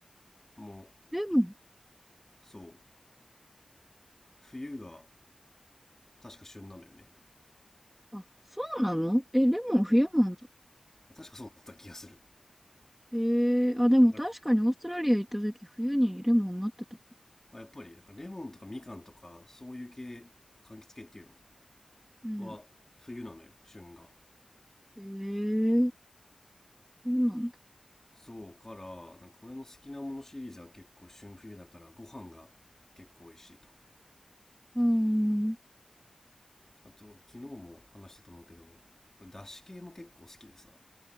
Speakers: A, on the left; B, in the centre.
A: も
B: レモン。
A: そう冬が確か旬なのよね
B: あ、そうなのえ、レモン冬なんだ。
A: 確かそうだった気がする
B: ええあ、でも確かにオーストラリア行った時冬にレモンなってた。
A: なんかやっぱりなんかレモンとかみかんとかそういう系柑橘系っていう
B: うん。
A: のは冬なのよ旬が
B: ええそうなんだ。
A: そうからなんか俺の好きなものシリーズは結構旬冬だからご飯が結構美味しいと
B: うーん。
A: あと昨日も話したと思うけどこれだし系も結構好きでさ